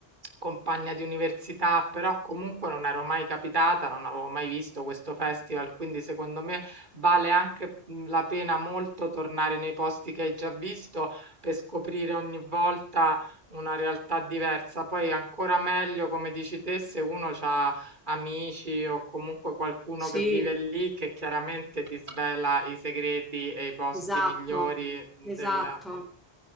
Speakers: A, on the right (about 50°); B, in the centre.
A: compagna di università, però comunque non ero mai capitata, non avevo mai visto questo festival, quindi secondo me Vale anche mh, la pena molto tornare nei posti che hai già visto per scoprire ogni volta una realtà diversa. Poi ancora meglio, come dici te, se uno ha amici o comunque qualcuno
B: Sì,
A: che vive lì che chiaramente ti svela i segreti e i posti
B: esatto,
A: migliori
B: esatto.
A: del...